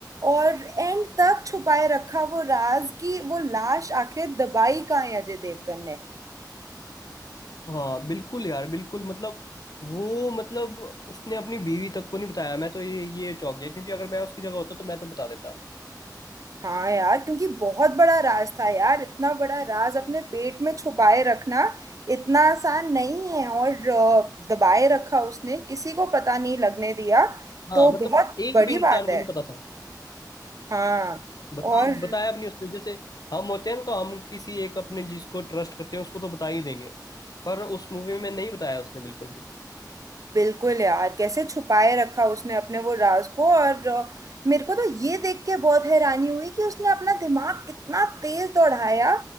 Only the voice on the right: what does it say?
और एंड तक छुपाए रखा वो राज की वो लाश आखिर दबाई कहाँ है अजय देवगन ने
हाँ यार क्योंकि बहुत बड़ा राज था यार इतना बड़ा राज अपने पेट में छुपाए रखना इतना आसान नहीं है और अ, दबाए रखा उसने किसी को पता नहीं लगने दिया
तो
बहुत
बड़ी
बात
है
हाँ
और
बिल्कुल यार कैसे छुपाए रखा उसने अपने वो राज को और अ, मेरे को तो ये देख के बहुत हैरानी हुई कि उसने अपना दिमाग कितना तेज दौड़ाया